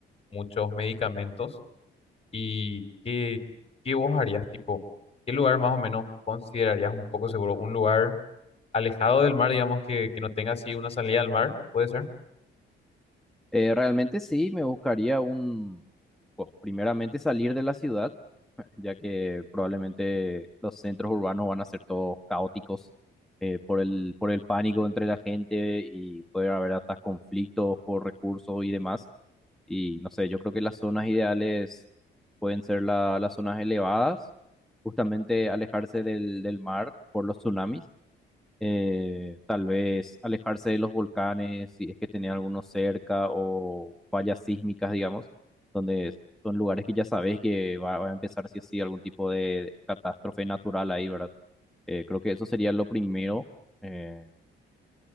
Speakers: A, on the left; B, in the centre.
A: muchos medicamentos. ¿Y qué, qué vos harías? Tipo, ¿qué lugar más o menos considerarías un poco seguro? ¿Un lugar alejado del mar, digamos, que, que no tenga así una salida al mar? ¿Puede ser?
B: Eh, realmente sí, me buscaría un, bueno, primeramente salir de la ciudad, <laughs> ya que probablemente los centros urbanos van a ser todos caóticos eh, por el, por el pánico entre la gente y puede haber hasta conflictos por recursos y demás. Y no sé, yo creo que las zonas ideales pueden ser la- las zonas elevadas, justamente alejarse del, del mar por los tsunamis, eh, tal vez alejarse de los volcanes si es que tenía algunos cerca o fallas sísmicas, digamos, donde son lugares que ya sabes que va, va a empezar sí o sí algún tipo de catástrofe natural ahí, ¿verdad? Eh, creo que eso sería lo primero. eh,